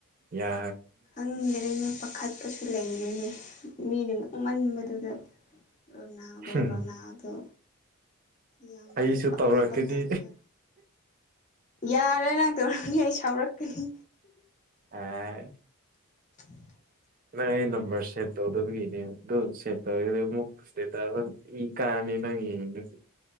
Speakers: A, on the right (about 40°); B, on the left (about 35°).
A: ꯌꯥ
B: ꯈꯪꯗꯔꯦꯅꯦ ꯄꯥꯈꯠꯄꯁꯨ ꯂꯩꯔꯦꯅꯦ ꯃꯤꯅ ꯉꯥꯡꯃꯟꯕꯗꯨꯗ ꯔꯣꯅꯥꯜꯗꯣ
A: ꯍꯨꯝ
B: ꯔꯣꯅꯥꯜꯗꯣ ꯌꯥꯝ
A: ꯑꯩꯁꯨ
B: ꯄꯪꯕ
A: ꯇꯧꯔꯛꯀꯅꯤ
B: ꯇꯥꯏꯞꯇ ꯌꯥꯔꯦ ꯅꯪ ꯇꯧꯔꯝꯅꯤ ꯑꯩ ꯁꯥꯎꯔꯛꯀꯅꯤ
A: ꯑꯥ
B: <inaudible>
A: ꯅꯪ ꯑꯩ ꯅꯝꯕꯔ ꯁꯦꯞ ꯇꯧꯗꯕꯒꯤꯅꯦ ꯑꯗꯨ ꯁꯦꯞ ꯇꯧꯔꯥꯒꯗꯤ ꯑꯃꯨꯛ ꯁ꯭ꯇꯦꯇꯁ ꯅ ꯃꯤ ꯀꯥ <unintelligible>